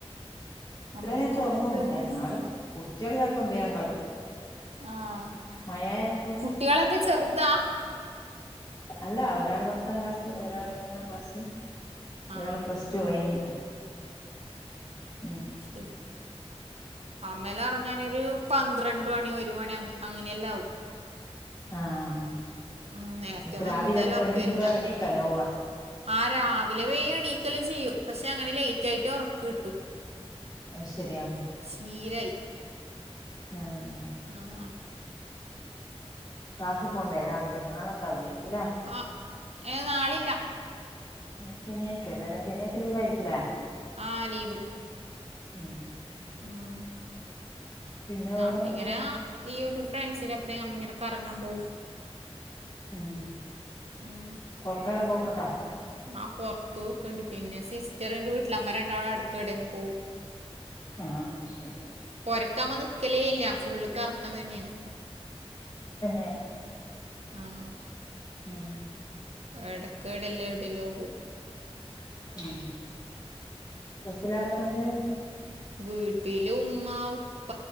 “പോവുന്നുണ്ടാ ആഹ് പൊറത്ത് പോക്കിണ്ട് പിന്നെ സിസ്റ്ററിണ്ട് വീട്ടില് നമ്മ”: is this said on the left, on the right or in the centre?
Right